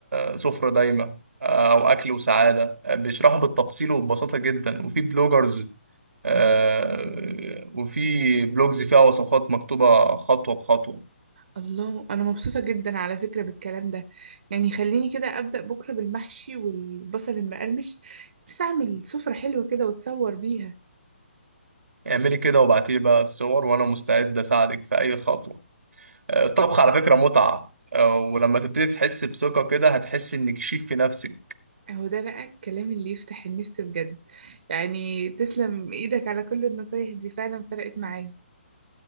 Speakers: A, on the right; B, on the right.
A: آه، سفرة دايمة آه، أو أكل وسعادة آه، بيشرحوا بالتفصيل وببساطة جدا وفي بلوجرز آه، وفي بلوجز فيها وصفات مكتوبة خطوة بخطوة
B: الله انا مبسوطه جدا على فكره بالكلام ده يعني خليني كده ابدا بكره بالمحشي والبصل المقرمش نفسي اعمل سفره حلوه كده واتصور بيها
A: اعملي كده وابعتيلي بقى الصور وأنا مستعد أساعدك في أي خطوة آه، الطبخ على فكرة متعة آه، ولما تبتدي تحس بثقة كده هتحسي إنك شيف في نفسك
B: اهو ده بقى الكلام اللي يفتح النفس بجد يعني تسلم ايدك على كل النصايح دي فعلا فرقت معايا